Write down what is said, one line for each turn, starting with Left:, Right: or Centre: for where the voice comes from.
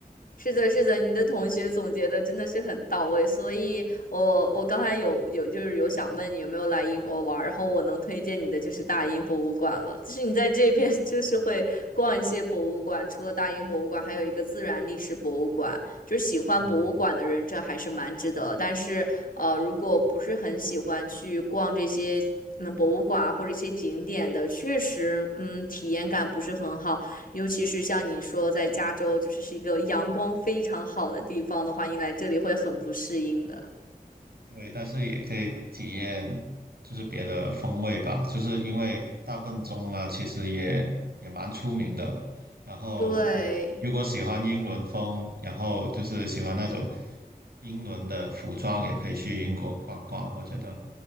Left: 是的，是的，你的同学总结的真的是很到位，所以我我刚才有有就是有想问你有没有来英国玩儿然后我能推荐你的就是大英博物馆了，就是你在这边 <laughs> 就是会逛一些博物馆，除了大英博物馆，还有一个自然历史博物馆，就是喜欢博物馆的人这还是蛮值得，
Right: 嗯。
Left: 但是呃，如果不是很喜欢去逛这些。那博物馆啊或者一些景点的，确实，嗯，体验感不是很好。尤其是像你说在加州，就是是一个阳光非常好的地方的话，你来这里会很不适应的。
Right: 对，但是也可以体验就是别的风味吧，就是因为大笨钟啊，其实也也蛮出名的。然后，
Left: 对，
Right: 嗯，如果喜欢英伦风，然后就是喜欢那种英伦的服装，也可以去英国逛逛。我觉得，